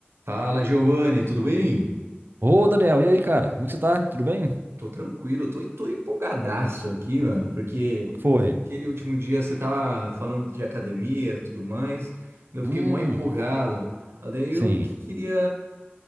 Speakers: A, on the right (about 85°); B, on the right (about 55°).
A: Fala, Giovanni, tudo bem?
B: Ô, Daniel, e aí, cara? Como é que você tá? Tudo bem?
A: Tô tranquilo, tô, tô empolgadaço aqui, mano, porque
B: O que foi?
A: que- aquele último dia você tava falando de academia e tudo mais, eu fiquei
B: Hum,
A: mó empolgado. Daí
B: sim.
A: eu que- queria